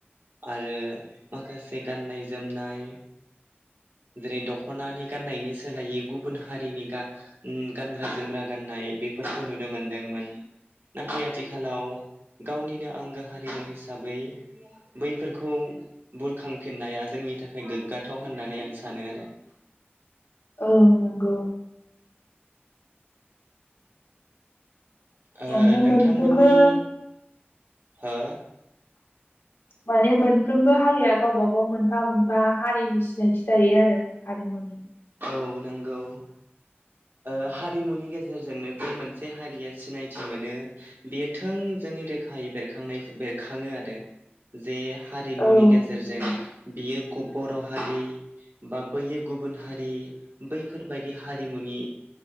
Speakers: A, on the right; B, on the left.
A: आरो माखासे गान्नाय जोमनाय जेरै दखनानि गनायनि सोलायै गुबुन हारिनि गा उम गानग्रा जोमग्रा गाननाय बेफोरखौ नुनो मोनदोंमोन नाथाय आथिखालाव गावनिनो आंगो हारिमु हिसाबै बैफोरखौ बुरखांफिननाया जोंनि थाखाय गोग्गाथाव होननानै आं सानो आरो
B: औ नंगौ
A: ओ
B: माने
A: नोंथांमोननि
B: मोनफ्रोमबो
A: हो
B: माने मोनफ्रोमबो हारिया गावबा गाव मोनफा मोनफा हारिनि सिनायथि थायो आरो हारिमुनि
A: <unintelligible> ओ हारिमुनि गेजेरजोंनो जे मोनसे हारिया सिनायथि मोनो बेयो थोंजोङै रोखायै बेरखांनाय बेरखाङो आरो जे हारिमुनि
B: औ नंगौ
A: गेजेरजों बियो गुब बर' हारि बा बैयो गुबुन हारि बैफोरबायाददि हारिमुनि